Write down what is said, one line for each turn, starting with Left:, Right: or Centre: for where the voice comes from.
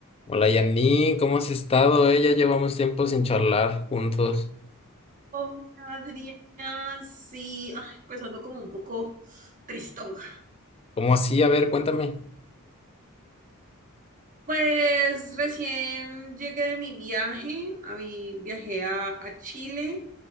Left: Hola Janine, ¿cómo has estado? eh? Ya llevamos tiempo sin charlar juntos.
Right: Hola, Adrián, sí, ay, pues ando como un poco tristonga.
Left: ¿Cómo así? A ver, cuéntame.
Right: Pues recién llegué de mi viaje, a mi- viajé a, a Chile